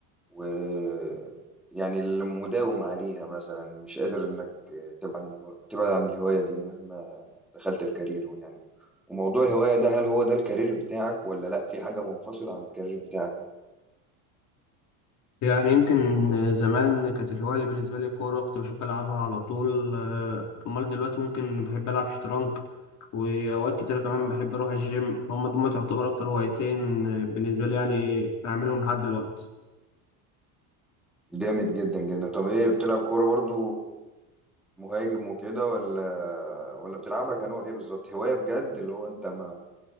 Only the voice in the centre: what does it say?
ويعني المداوم عليها مثلا مش قادر انك تبعد عن الهو... تبعد عن الهواية دي مهما دخلت في كارير يعني وموضوع الهواية ده هل هو ده الكارير بتاعك ولا لا في حاجة منفصلة عن الكارير بتاعك
جامد جدا جدا طب ايه بتلعب كورة برضو مهاجم وكده ولا ولا بتلعبها كنوع ايه بالظبط هواية بجد اللي هو انت ما